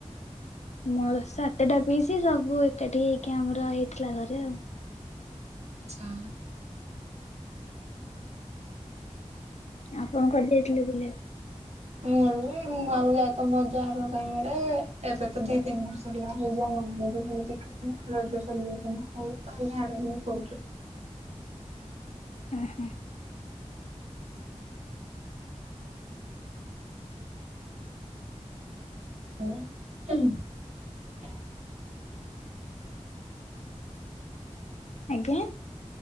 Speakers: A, on the left; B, on the right.
A: ମୋର ସାତେଟା ପିଶି ସବୁ ବୁ ଏକାଠି ହେଇକି ଆମର ହେଇଥିଲା ଘରେ ଆଉ।
B: ଆଛା।
A: ଆପଣ କୁଆଡେ ଯାଇଥିଲେ ବୁଲିବାକୁ?
B: ମୁଁ ମୁଁ ଆଉକୁ ଯାଏ ତ ମଜାହାର ଗାଁ ରେ ଏବେ ତ ଦି ତିନି ବର୍ଷ ହେଲା <unintelligible> ରଜରେ ଚାଲିିବ ତ ଆ ମୁଁ ଫୋନରେ
A: ହ ହୁଁ।
B: <unintelligible>
A: ଆଜ୍ଞା?